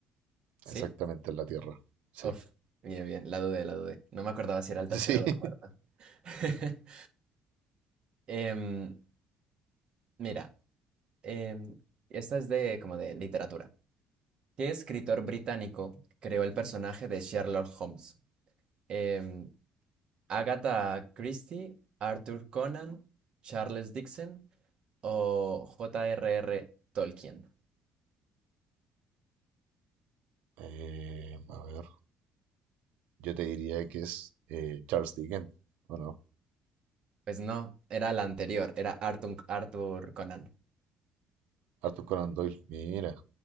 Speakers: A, on the right; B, on the right.
A: ¿Sí?
B: Exactamente es la Tierra. Sí.
A: Uf, bien, bien, la dudé, la dudé. No me acordaba si era el tercero
B: Sí.
A: o
B: <laughs>
A: el cuarto. <laughs> Em, mira, em, esta es de como de literatura. ¿Qué escritor británico creó el personaje de Sherlock Holmes? Em, Agatha Christie, Arthur Conan, Charles Dickens o J.R.R. Tolkien.
B: Eh, a ver. Yo te diría que es eh, Charles Dickens, ¿o no?
A: Pues no, era la anterior, era Arthur, Arthur Conan.
B: Arthur Conan Doyle. Mira,